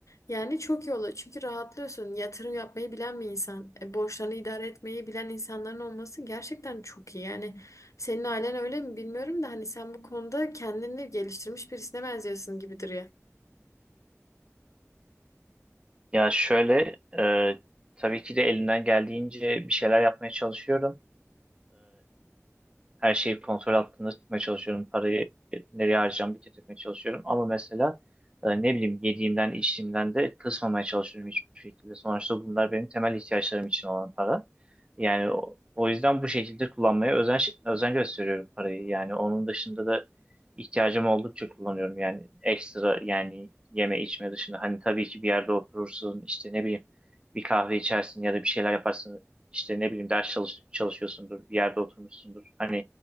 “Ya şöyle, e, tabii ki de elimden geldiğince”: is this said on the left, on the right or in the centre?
Right